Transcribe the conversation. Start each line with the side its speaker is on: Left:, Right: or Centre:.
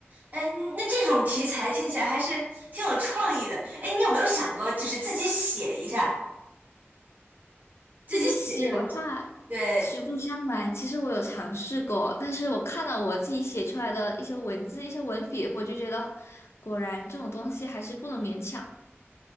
Right: 哎，那这种题材听起来还是挺有创意的。哎，你有没有想过，就是自己写一下？自己写这种，
Left: 这些写的话，
Right: 对，
Left: 实不相瞒，其实我有尝试过，但是我看了我自己写出来的一些文字、一些文笔，我就觉得，果然这种东西还是不能勉强。